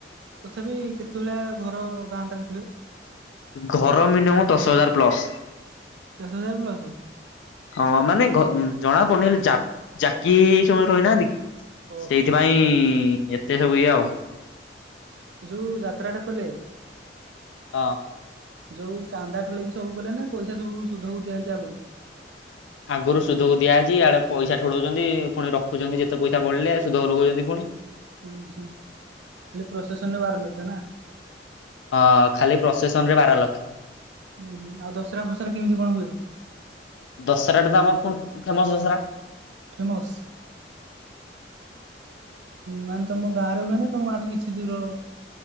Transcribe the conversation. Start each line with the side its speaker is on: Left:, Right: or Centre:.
Right: ତଥାପି କେତେ ଭଳିଆ ଘର ଗାଁଟାରେ ଥିବେ?
Left: ଘର ମିନିମ ଦଶ ହଜାର ପ୍ଲସ
Right: ଦଶ ହଜାର ପ୍ଲସ?
Left: ହଁ ମାନେ ଘ ଜଣାପନେଇ, ଜାକି ସମ ରହିନାହାନ୍ତି କି
Right: ଓହୋ
Left: ସେଇଥିପାଇଁ ଏତେ ସବୁ ଇଏ ଆଉ।
Right: ଯୋଉ ଯାତ୍ରା ଟା କଲେ
Left: ହଁ।
Right: ଯୋଉ ଚାନ୍ଦା ଠୁଳେଇକି ସବୁ କଲେ ନା, ପଇସା ସବୁ ସୁଧକୁ ଦିଆହେଇଛି ଆଗରୁ
Left: ଆଗରୁ ସୁଧକୁ ଦିଆଯାଇଛି ଇଆଡେ ପଇସା ଠୁଳଉଛନ୍ତି ପୁଣି ରଖୁଛନ୍ତି ଯେତେ ପଇସା ବଳଲେ ସୁଧକୁ ଲଗଉଛନ୍ତି ପୁଣି
Right: ହୁଁ ହୁଁ ଖାଲି ପ୍ରୋସେସନ ନ ବାରଲକ୍ଷ୍ୟ ନା!
Left: ହଁ ଖାଲି ପ୍ରସେସନ ରେ ବାର ଲକ୍ଷ
Right: ହୁଁ ହୁଁ ଆଉ ଦଶହରା ଫସରା କେମିତି କଣ ହୁଏ?
Left: ଦଶହରାଟା ତ ଆମର ପୁଣି ଫେମସ ଦସରା
Right: ଫେମସ, ମାନେ ତମ ଗାଁରେ ହୁଏନ ତମାଡୁ କିଛି ଦୂର